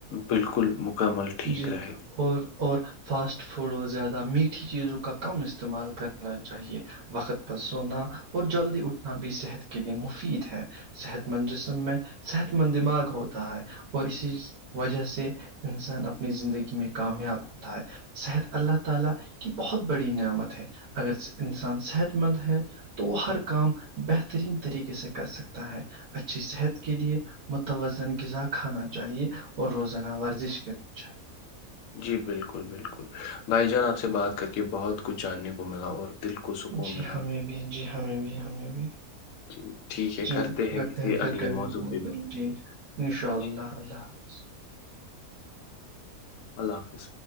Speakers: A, on the left (about 70°); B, on the right (about 80°).
A: بالکل مکمل ٹھیک
B: جی
A: رہے
B: اور اور فاسٹ فوڈ اور زیادہ میٹھی چیزوں کا کم استعمال کرنا چاہیے وقت پر سونا اور جلدی اٹھنا بھی صحت کے لیے مفید ہے صحت مند جسم میں صحت مند دماغ ہوتا ہے اور اسی وجہ سے انسان اپنی زندگی میں کامیاب ہوتا ہے صحت اللہ تعالی کی بہت بڑی نعمت ہے اگر انسان صحت مند ہے تو وہ ہر کام بہترین طریقے سے کر سکتا ہے اچھی صحت کے لیے متوازن غذا کھانا چاہیے اور روزانہ ورزش کر اچھا
A: جی بالکل بالکل بھائی جان آپ سے بات کر کے بہت کچھ جاننے کو ملا اور دل کو سکون
B: جی
A: ملا
B: ہمیں بھی جی ہمیں بھی ہمیں بھی
A: جی ٹھیک ہے
B: جتے
A: کرتے کسی
B: ہیں پھر
A: اگلے
B: کبھی
A: موضوع پہ بات۔
B: ج ان شاء اللہ
A: جی
B: اللہ حافظ
A: اللہ حافظ